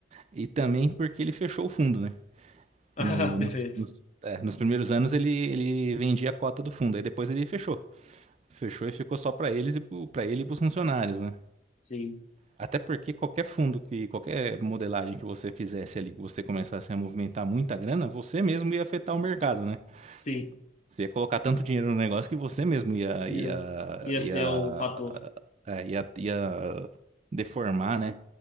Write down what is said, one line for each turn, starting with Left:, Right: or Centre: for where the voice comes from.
Right: e também porque ele fechou o fundo, né?
Left: Ah,
Right: No-
Left: perfeito.
Right: nos, nos- é, nos primeiros anos ele, ele vendia a cota do fundo, aí depois ele fechou. Fechou e ficou só para eles e para ele e para os funcionários, né?
Left: Sim,
Right: Até porque qualquer fundo que, qualquer modelagem que você fizesse ali, que você começasse a movimentar muita grana, você mesmo ia afetar o mercado, né?
Left: sim.
Right: Você ia colocar tanto dinheiro no negócio que você mesmo ia,
Left: Ia,
Right: ia,
Left: ia
Right: ia,
Left: ser um fator.
Right: é, ia, ia deformar, né?